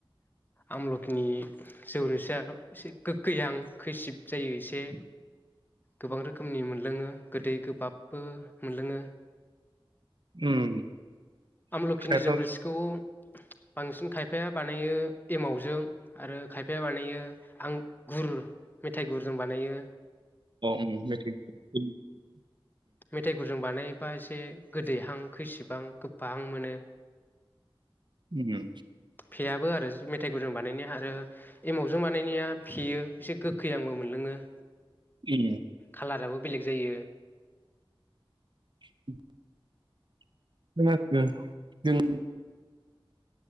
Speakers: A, on the left (about 20°); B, on the right (about 55°).
A: आमलखिनि जौ रोसिया एसे गोगखैहां खैसिब जायो एसे गोबां रोखोमनि मोनलोङो गोदै गोबाबबो मोनलोङो
B: उम
A: आमलोखिनि
B: खायफा
A: जौ रोसिखौ बांसिन खायफा खायफाया बानायो एमावजों आरो खायफाया बानायो आंगुर मेथाइ गुर जों बानायो
B: <unintelligible>
A: मेथाइ गुरजों बानायोबा एसे गोदैहां खैसिबहां गोफाहां मोनो
B: उ उ
A: फेयाबो आरो मेथा गुदों बानायनाया आरो एमावजों बानायनाया फेयो एसे गोखै आंबो मोनलोङो
B: ए
A: खालाराबो बेलेग जायो
B: <inaudible> खोनागासिनो जों